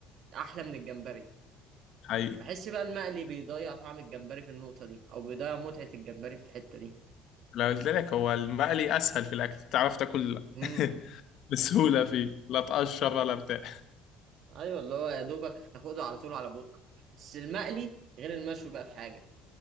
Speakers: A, on the right; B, on the left.
A: احلى من الجمبري
B: حقيقي
A: بحس بقى المقلي بيضيع طعم الجمبري في النقطه دي او بيضيع متعه الجمبري في الحته دي
B: لو قلت لك هو المقلي اسهل في الاكل تعرف تاكل
A: امم
B: <laughs> بسهوله فيه لا تقشر ولا بتاع
A: ايوه اللي هو يا دوبك تاخده على طول على بوقك بس المقلي غير المشوي بقى في حاجه